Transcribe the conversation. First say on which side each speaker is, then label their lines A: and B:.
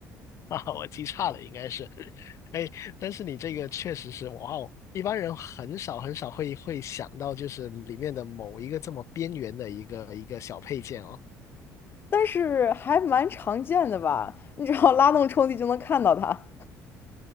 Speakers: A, on the left (about 55°); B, on the left (about 35°).
A: 啊，我记差了，应该是。<laughs> 哎，但是你这个确实是，哇哦，一般人很少很少会会想到，就是里面的某一个这么边缘的一个一个小配件哦。
B: 但是还蛮常见的吧？你只要拉动抽屉就能看到它。